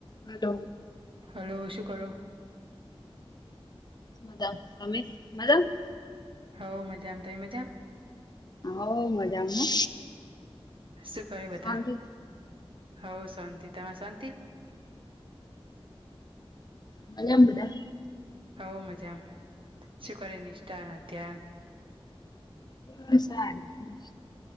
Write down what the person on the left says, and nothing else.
હાલો
બધા તમે મજા મા?
હવ મજામાં હો
શાંતિ
મજા મ બધા?
હ સ